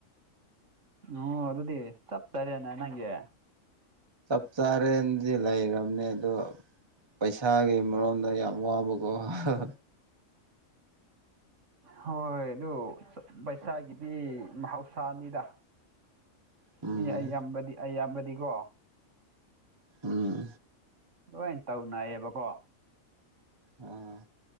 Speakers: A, on the right (about 60°); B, on the right (about 20°).
A: ꯑꯣ ꯑꯗꯨꯗꯤ ꯆꯞ ꯆꯔꯦꯅ ꯅꯪꯒꯤ
B: ꯆꯞ ꯆꯥꯔꯦꯅꯗꯤ ꯂꯩꯔꯕꯅꯦ ꯑꯗꯣ ꯄꯩꯁꯥꯒꯤ ꯃꯔꯣꯝꯗ ꯌꯥꯝ ꯋꯥꯕꯀꯣ ꯍꯥ ꯍꯥ
A: ꯍꯣꯏ ꯑꯗꯨ ꯄꯩꯁꯥꯒꯤꯗꯤ ꯃꯍꯧꯁꯥꯅꯤꯗ
B: <inaudible> ꯎꯝ
A: ꯃꯤ ꯑꯩꯌꯥꯝꯕꯗꯤ ꯑꯩꯌꯥꯝꯕꯗꯤꯀꯣ
B: ꯎꯝ
A: ꯂꯣꯏꯅ ꯇꯧꯅꯌꯦꯕꯀꯣ
B: ꯑꯣ